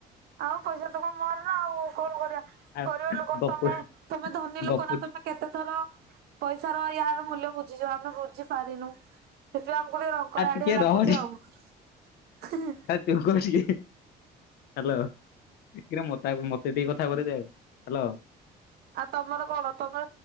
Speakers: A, on the right; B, on the left.
A: ଆଉ ପଇସା ତକ ମୋରନା ଆଉ କଣ କରିବା
B: ଆ
A: ଗରିବ ଲୋକ
B: ଗପୁ
A: ତମେ ତମେ ଧନୀ ଲୋକନା
B: ଗପୁଚି
A: ତମେ କେତେଥର ପଇସାର ଏରା ମୂଲ୍ୟ ବୁଝିଜ ଆମେ ବୁଝି ପାରିନୁ ସେଥିପାଇଁ ଆମକୁ ଟିକେ ରଙ୍କରା
B: ଆ
A: ଆଡ଼ିଆ
B: ଟିକେ
A: ଲାଗୁଚି
B: ରହ
A: ଆଉ।
B: କହୁଚିକି ହାଲୋ ବିକ୍ରମ ମୋତେ ଆଗ ମତେ ସେତିକି କଥା କରେଇଦେ ହାଲୋ।
A: ଆଉ ତମର କଣ ତମେ